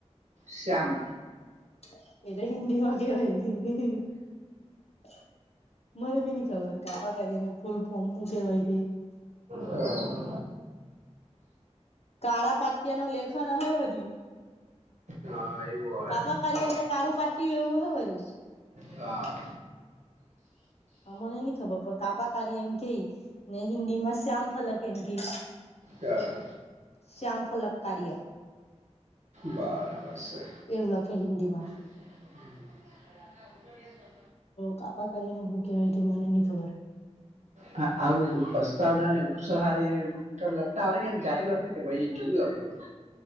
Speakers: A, on the right; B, on the left.
A: શ્યામ.
B: <unintelligible> મને બી ન ખબર કાપા કઢી ને ફૂલ ફોર્મ હું કેહેવાય?
A: હા.
B: કાળા પાટિયા નો લેખન હ બધી.
A: હા એવું હૈ.
B: કાપા કાર્ય એટલે કારું પાટ્ટી એવું હે વરી
A: હા.
B: હ મને નઈ ખબર પડ કાપાકારળી એમ કે ને હિન્દી માં શ્યામ ફલક એમ કે.
A: અ હા.
B: શ્યામફલ કાર્ય.
A: બરાબર છે.
B: એવું લખે હિન્દી માં
A: <inaudible>
B: કાપા કાર્યને શું કેવાય ત મને નની ખબર
A: હા આવું પ્રસ્તાવના અને ઉપસાહારી. લખતા આવડે કે એમ જાતે લખે કે પછી જોયું લખો